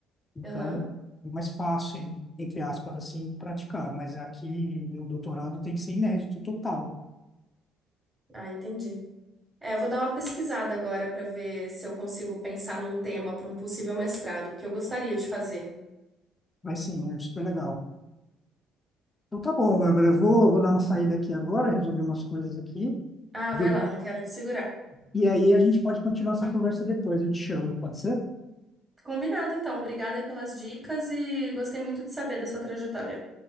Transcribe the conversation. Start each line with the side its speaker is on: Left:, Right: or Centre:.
Left: Então,
Right: Aham.
Left: foi mais fácil, entre aspas, assim, praticar. Mas aqui no doutorado tem que ser inédito total.
Right: Ah, entendi. É, eu vou dar uma pesquisada agora pra ver se eu consigo pensar num tema pra um possível mestrado, porque eu gostaria de fazer.
Left: Mas sim, é super legal. Então tá bom, Bárbara. Vou, vou dar uma saída aqui agora, resolver umas coisas aqui.
Right: Ah,
Left: Do-
Right: vai lá, não quero te segurar.
Left: E aí a gente pode continuar essa conversa depois. Eu te chamo, pode ser?
Right: Combinado, então. Obrigada aí pelas dicas e gostei muito de saber da sua trajetória.